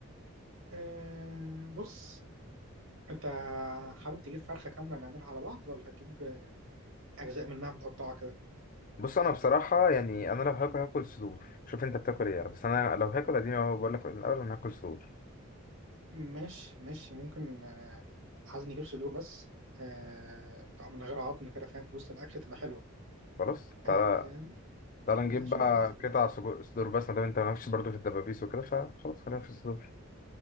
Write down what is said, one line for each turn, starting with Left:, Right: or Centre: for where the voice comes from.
Right: أه بص انت حابب تجيب فرخه كامله نعملها على بعض ولا هتجيب اجزاء منها متقطعه كده
Left: بص انا بصراحه يعني انا لو هاكل هاكل صدور شوف انت بتاكل ايه يعني، بس انا لو هاكل اديني اهو بقول لك من الاول انا هاكل صدور
Right: ماشي ماشي ممكن آه، عايز نجيب صدور بس آه، طبعا من غير عظم كده فاهم في وسط الأكل تبقى حلوة
Left: خلاص تعالى
Right: آه،
Left: تعالى
Right: ماشي.
Left: نجيب بقى
Right: شوف عايز تجيب
Left: قطع سجو- صدور بس ما دام انت مالكش برضه في الدبابيس وكده فخلاص خلينا في الصدور